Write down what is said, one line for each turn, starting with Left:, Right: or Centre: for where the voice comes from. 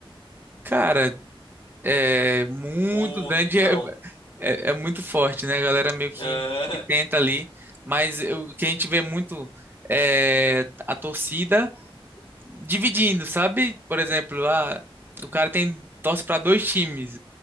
Right: Cara, é muito
Left: Ou
Right: grande,
Left: não?
Right: é, é, é muito forte, né? A galera meio que,
Left: Ah,
Right: que tenta ali, mas eu- o que a gente vê muito é a torcida dividindo, sabe? Por exemplo, ah, o cara tem torce para dois times,